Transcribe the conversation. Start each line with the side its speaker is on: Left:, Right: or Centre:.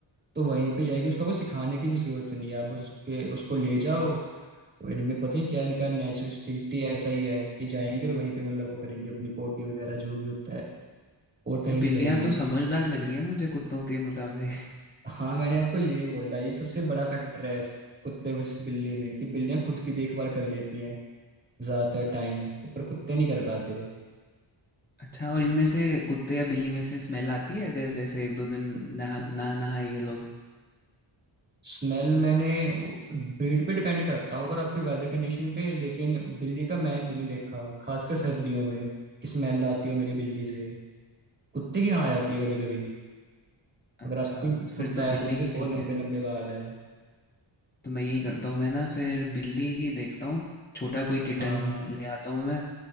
Right: तो वहीं पे जाएगी उसका कुछ सिखाने की भी जरूरत नहीं है आप बस उसके उसको ले जाओ और इनमें पता नहीं क्या इनका नेचुरल इंस्टिंक्ट ही ऐसा ही है कि जाएंगे और वहीं पे मतलब वो करेंगे अपनी पोटी वगैरह जो भी होता है और कहीं
Left: यार
Right: नहीं
Left: बिल्लियाँ
Right: करेंगी
Left: तो समझदार लग रही है मुझे कुत्तों के मुताबिक
Right: हाँ मैंने आपको यही बोला ये सबसे बड़ा फैक्टर है इस कुत्ते वर्सेस बिल्ली में कि बिल्लियां खुद की देखभाल कर लेती हैं ज्यादातर टाइम पर कुत्ते नहीं कर पाते
Left: <laughs> अच्छा और इनमें से कुत्ते या बिल्ली में से स्मेल आती है अगर जैसे एक दो दिन नहा ना नहाए ये लोग
Right: स्मेल मैंने ब्रीड पे डिपेंड करता होगा और आपके वेदर कंडीशन पे लेकिन बिल्ली का मैंने तो नहीं देखा खासकर सर्दियों में कि स्मेल आती हो मेरी बिल्ली से कुत्ते की हाँ आती है कभी कभी
Left: अच्छा
Right: अगर आपका कोई
Left: तो फिर
Right: कुत्ता
Left: तो
Right: है
Left: बिल्ली
Right: ऐसे जिसके
Left: ही
Right: बहुत
Left: ठीक
Right: लंबे
Left: है
Right: लंबे बाल हैं
Left: तो मैं यही करता हूँ मैं ना फिर बिल्ली ही देखता हूँ छोटा कोई किटन
Right: हाँ
Left: ले आता हूँ मैं